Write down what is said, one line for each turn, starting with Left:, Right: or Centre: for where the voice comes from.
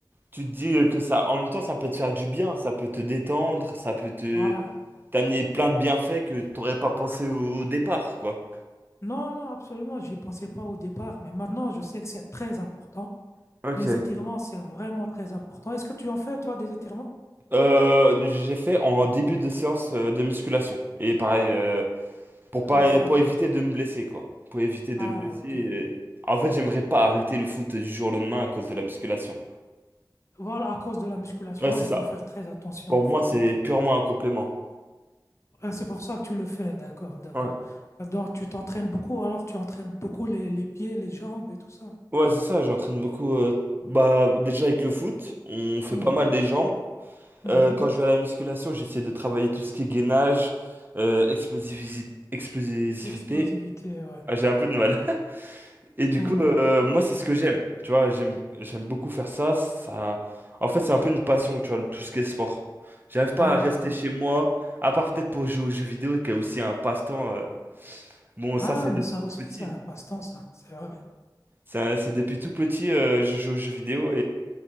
Right: Tu te dis que ça. En même temps, ça peut te faire du bien, ça peut te détendre, ça peut te
Left: Voilà.
Right: t'amener plein de bienfaits que t'aurais pas pensé au au départ, quoi.
Left: Non, non, absolument. J'y pensais pas au départ, mais maintenant, je sais que c'est très important.
Right: Ok.
Left: Les étirements, c'est vraiment très important. Est-ce que tu en fais, toi, des étirements?
Right: Euh, j'ai fait en début de séance euh, de musculation. Et pareil, euh, pour
Left: À
Right: pas,
Left: la fin,
Right: pour
Left: quoi.
Right: éviter de me blesser, quoi. Pour éviter
Left: Ah,
Right: de me blesser.
Left: ok.
Right: et- En fait, j'aimerais pas arrêter le foot du jour au lendemain à cause de la musculation.
Left: Voilà, à cause de la musculation,
Right: Ouais, c'est
Left: ouais, il
Right: ça.
Left: faut faire très attention.
Right: Pour
Left: Il
Right: moi,
Left: faut
Right: c'est
Left: faire très
Right: purement un complément.
Left: Ah, c'est pour ça que tu le fais, d'accord, d'accord.
Right: Ouais.
Left: Alors, tu t'entraînes beaucoup, alors tu entraînes beaucoup les, les pieds, les jambes et tout ça.
Right: Ouais, c'est ça, j'entraîne beaucoup. euh, bah, déjà avec le foot, on fait
Left: Mhm,
Right: pas mal les jambes.
Left: mhm.
Right: Euh, quand je vais à la musculation, j'essaie de travailler tout ce qui est gainage, euh, explosivisi- explosivité.
Left: Explosivité, ouais.
Right: Ah, j'ai un peu de mal. <laughs> Et du
Left: Mhm.
Right: coup, euh, moi, c'est ce que j'aime. Tu vois, j'aime, j'aime beaucoup faire ça. Ça, en fait, c'est un peu une passion, tu vois, tout ce qui est sport. J'arrive pas
Left: Ah,
Right: à rester
Left: d'accord.
Right: chez moi, à part peut-être pour jouer aux jeux vidéo, qui est aussi un passe-temps. euh. Bon,
Left: Ah,
Right: ça, c'est
Left: mais
Right: depuis
Left: ça
Right: tout
Left: aussi,
Right: petit.
Left: c'est un passe-temps, ça, c'est vrai.
Right: Ça, C'est depuis tout petit, euh, je joue aux jeux vidéo